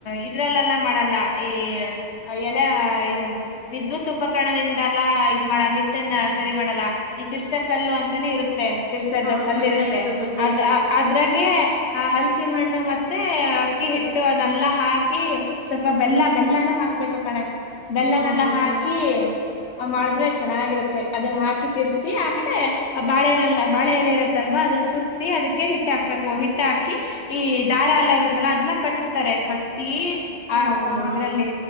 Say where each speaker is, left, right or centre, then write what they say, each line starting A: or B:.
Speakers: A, on the left; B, on the right.
A: ಇದ್ರಲ್ಲೆಲ್ಲ ಮಾಡಲ್ಲ ಈ ಎಲೆ ಇದು ವಿದ್ಯುತ್ ಉಪಕರಣದಿಂದಲ್ಲ ಇದ ಮಾಡಲ್ಲ ಹಿಟ್ಟನ್ನ ಸರಿ ಮಾಡಲ್ಲ ಈ ತಿರ್ಸ ಕಲ್ಲು ಅಂತಾನೆ ಇರುತ್ತೆ ತೆ ತಿರ್ಸೋದ
B: ಹಾ
A: ಕಲ್ಲಿರುತ್ತೆ
B: ಗೊತ್ತಾಯ್ತು ಗೊತ್ತಾಯ್ತು
A: ಅದ ಅದ್ರಾಗೆ ಆ ಹಲ್ಸಿನ ಹಣ್ಣು ಮತ್ತೆ ಅಕ್ಕಿ ಹಿಟ್ಟು ಅನೆಲ್ಲಾ ಹಾಕಿ ಸ್ವಲ್ಪ ಬೆಲ್ಲ ಬೆಲ್ಲನ ಹಾ ಹ ಬಬೇಕು ಕಡೆ ಬೆಲ್ಲನೆಲ್ಲಾ
B: ಹಾ ಹಾ
A: ಹಾಕಿ ಆ ಮಾಡಿದ್ರೆ ಚೆನ್ನಾಗಿರುತ್ತೆ ಅದನ್ನ ಹಾಕಿ ತಿರ್ಸಿ ಆಮೇಲೆ ಆ ಬಾಳೆನಲ್ಲ ಬಾಳೆ ಏಲೆ ಇರುತ್ತಲ್ವಾ ಅದನ್ನ ಸುತ್ತ ಅದಕ್ಕೆ ಹಿಟ್ಟ ಹಾಕ್ಬೇಕು ಹಿಟ್ಟ ಹಾಕಿ ಈ ದಾರ ಎಲ್ಲಾ ಇರುತ್ತಲ್ಲ ಅದನ್ನ ಕಟ್ತಾರೆ ಕಟ್
B: ಹೌದಾ
A: ಆ ಇದ್ರಲ್ಲಿ